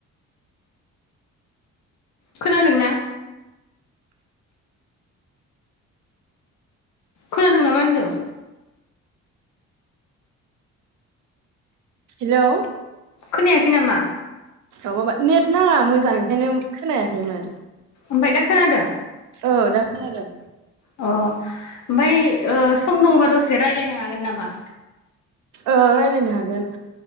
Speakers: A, on the left; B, on the right.
A: खोनादों ना? खोनादों नामा होन्दों?
B: हेलौ।
A: खोनायाखै नामा?
B: अ माबा नेट नाङा मोजां, बेखायनो खोनायाखैमोन।
A: आमफाय दा खोनादों?
B: ओ दा खोनादों।
A: अ आमफाय ओ सम दंबा दसे रायलायनो हागोन नामा?
B: ओरायलायनो हागोन